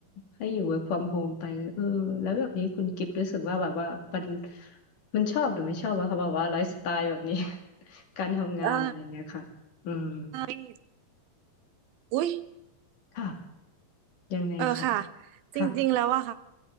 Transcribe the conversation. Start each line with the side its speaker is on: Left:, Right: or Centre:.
Left: ให้อยู่ work from home ไปเออแล้วแบบนี้คุณกิฟต์รู้สึกว่าแบบว่ามันมันชอบหรือไม่ชอบอะคะแบบว่าไลฟ์สไตล์แบบนี้ <laughs> การทำงานอะไรเงี้ยค่ะอืม
Right: เออเอ้ยอุ๊ย
Left: ค่ะยังไงค่ะ
Right: เออค่ะ
Left: ค่ะ
Right: จริงๆแล้วอะค่ะ